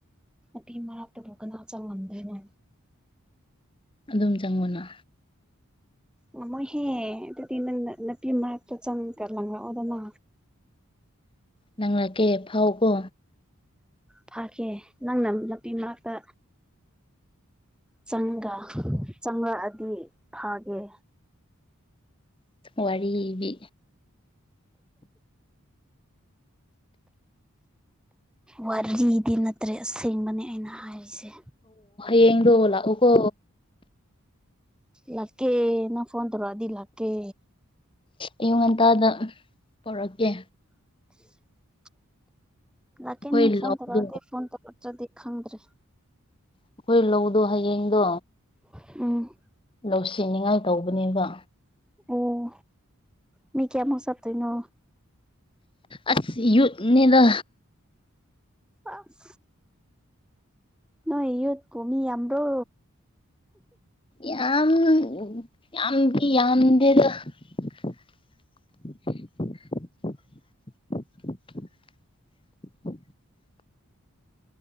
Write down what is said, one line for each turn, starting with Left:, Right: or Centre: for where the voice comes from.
Centre: ꯑꯄꯤ ꯃꯔꯥꯞꯇꯕꯨꯣꯛ ꯀꯅ ꯆꯪ ꯉꯗꯅꯣ
Left: ꯑꯗꯨꯝ ꯆꯪꯉꯨꯅ
Centre: ꯃꯃ ꯍꯦ ꯑꯗꯨꯅ ꯅꯄꯤ ꯃꯛꯇ ꯆꯪ ꯇꯔ ꯂ ꯑꯣꯗꯅ
Left: ꯅꯪꯂꯉꯒꯦ ꯐꯥꯎꯀꯣ
Centre: ꯐꯥꯈꯤ ꯅꯪꯅ ꯅꯨꯄꯤ ꯃꯅꯥꯛꯇ ꯆꯪꯒ ꯆꯪꯉꯛꯑꯗꯤ ꯐꯥꯒꯦ
Left: ꯋꯥꯔꯤꯕꯤ
Centre: ꯋꯥꯔꯤꯗꯤ ꯅꯠꯇ꯭ꯔꯦ ꯑꯁꯦꯡꯕꯅꯤ ꯑꯩꯅ ꯍꯥꯏꯔꯤꯁꯦ
Left: ꯌꯦꯡꯡꯗꯣꯂ ꯑꯣꯀꯣ
Centre: ꯂꯥꯛꯀꯦꯅ ꯐꯣꯟ ꯇꯧꯔꯗꯤ ꯂꯥꯛꯀꯦ
Left: ꯑꯌꯨꯛ ꯉꯟꯇꯥꯗ ꯄꯔꯛꯀꯦ
Centre: ꯊ <inaudible> ꯂ
Left: ꯑꯩꯈꯣꯏ
Centre: ꯀꯦꯅꯤ ꯐꯣꯟ
Left: ꯂꯧꯗꯣ
Centre: ꯇꯔꯗꯦ ꯐꯣꯟ ꯇꯧꯔ ꯆꯗꯤ ꯈꯪꯗ꯭ꯔꯦ
Left: ꯑꯩꯈꯣꯏ ꯂꯧꯗꯣ ꯍꯌꯦꯡꯗꯣ
Centre: ꯑ <unintelligible>
Left: ꯂꯧꯁꯤꯅꯤꯉꯥꯏ ꯇꯧꯕꯅꯦꯕ
Centre: ꯑꯣ ꯃꯤ ꯀꯌꯥꯃꯁ ꯇꯣꯏꯅꯣ
Left: ꯑꯁ ꯌꯅꯤꯗ
Centre: ꯑꯞ <inaudible> ꯅꯣꯏ ꯏꯌ ꯀꯃꯤ ꯑꯃ꯭ꯔꯣ
Left: ꯌꯥꯝ ꯌꯥꯝꯗꯤ ꯌꯥꯝꯗꯦꯗ <unintelligible>